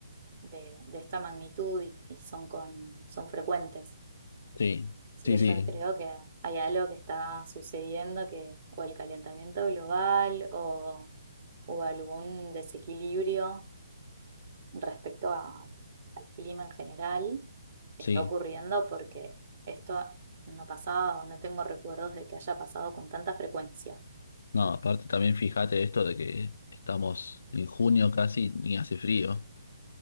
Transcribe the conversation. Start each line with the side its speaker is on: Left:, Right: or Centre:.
Right: de, de esta magnitud y, y son, con, son frecuentes.
Left: Sí,
Right: Así
Left: sí,
Right: que
Left: sí,
Right: yo creo que hay algo que está sucediendo que o el calentamiento global o, o algún desequilibrio respecto a- al clima en general
Left: sí.
Right: está ocurriendo porque esto no pasaba o no tengo recuerdos de que haya pasado con tanta frecuencia.
Left: No, aparte también fíjate esto de que estamos en junio casi, ni hace frío.